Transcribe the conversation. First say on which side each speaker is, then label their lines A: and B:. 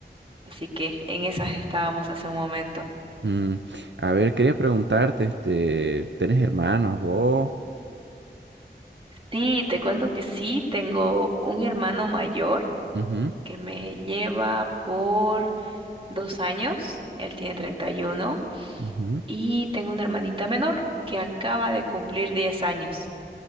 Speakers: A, on the right; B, on the right.
A: así que en esas estábamos hace un momento.
B: Mm, a ver, quería preguntarte, este, ¿tenés hermanos vos?
A: Sí, te cuento que sí, tengo un hermano mayor
B: Ujú,
A: que me lleva por dos años, él tiene 31.
B: ujú.
A: Y tengo una hermanita menor que acaba de cumplir 10 años.